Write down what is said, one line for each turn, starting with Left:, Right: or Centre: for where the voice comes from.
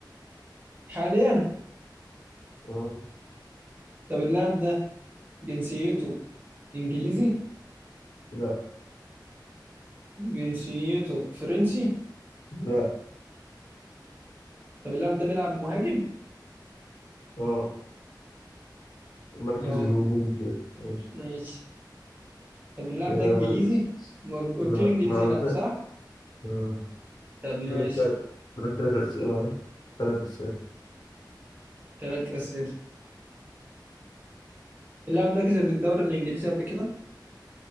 Right: حاليا
Left: آه.
Right: طب اللاعب ده جنسيته إنجليزي
Left: لا
Right: جنسيته فرنسي
Left: لا
Right: طب اللاعب ده بيلعب مهاجم
Left: اه مركز
Right: آه،
Left: الهجوم كده ماشي
Right: ماشي طب اللاعب
Left: كده
Right: ده انجليزي؟
Left: س- س-
Right: ما قلت
Left: لا
Right: لي انجليزي
Left: ما
Right: لا
Left: ت-
Right: صح؟
Left: آه.
Right: طب ماشي
Left: دولك تل- دولك تلات أسئلة تلات أسئلة
Right: ثلاث اسئله اللاعب ده كسب الدوري الانجليزي قبل كده؟